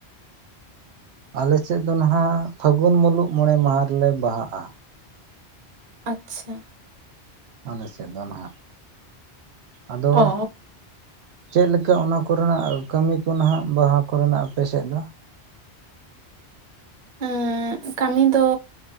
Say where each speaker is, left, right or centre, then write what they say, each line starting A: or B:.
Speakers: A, on the right; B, on the right.
A: ᱟᱞᱮ ᱥᱮᱫ ᱫᱚ ᱱᱟᱦᱟᱜ ᱯᱷᱟᱹᱜᱩᱱ ᱢᱩᱞᱩᱜ ᱢᱚᱬᱮ ᱢᱟᱦᱟ ᱨᱮᱞᱮ ᱵᱟᱦᱟᱜᱼᱟ
B: ᱟᱪᱪᱷᱟ
A: ᱟᱞᱮ ᱥᱮᱫ ᱫᱚ ᱱᱟᱦᱟᱜ ᱟᱫᱚ
B: ᱚ
A: ᱪᱮᱫ ᱞᱮᱠᱟ ᱚᱱᱟ ᱠᱚᱨᱮᱱᱟᱜ ᱠᱟᱹᱢᱤ ᱠᱚ ᱱᱟᱦᱟᱜ ᱵᱟᱦᱟ ᱠᱚᱨᱮᱱᱟᱜ ᱟᱯᱮ ᱥᱮᱫ ᱫᱚ
B: ᱦᱩᱸᱻ ᱠᱟᱹᱢᱤ ᱫᱚ